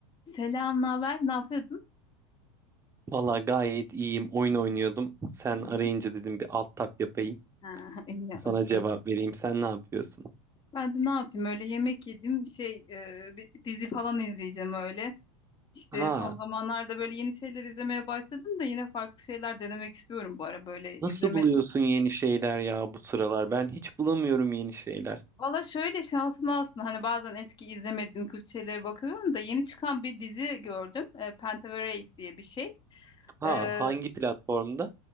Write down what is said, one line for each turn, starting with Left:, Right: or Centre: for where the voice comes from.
Left: Selam, ne haber? Ne yapıyordun?
Right: Valla gayet iyiyim. Oyun oynuyordum. Sen
Left: Hı
Right: arayınca
Left: hı.
Right: dedim bir alt tap yapayım.
Left: Ha, <laughs> iyi yapmışsın.
Right: Sana cevap vereyim. Sen ne yapıyorsun?
Left: Ben de ne yapayım öyle yemek yedim şey e, bir dizi falan izleyeceğim öyle. İşte
Right: Aa,
Left: son zamanlarda böyle yeni şeyler izlemeye başladım da yine farklı şeyler denemek istiyorum bu ara böyle izleme.
Right: nasıl buluyorsun yeni şeyler ya bu sıralar? Ben hiç bulamıyorum yeni şeyler.
Left: Valla şöyle şanslı aslında hani bazen eski izlemediğim kült şeylere bakıyorum da yeni çıkan bir dizi gördüm. E, Pentaverate diye bir şey. E,
Right: Aa, hangi platformda?